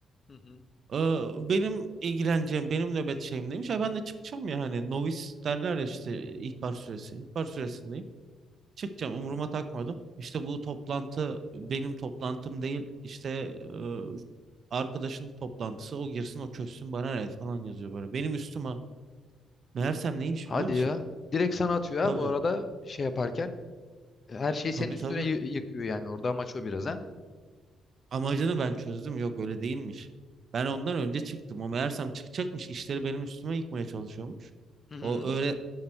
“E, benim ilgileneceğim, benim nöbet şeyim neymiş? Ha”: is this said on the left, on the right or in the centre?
Right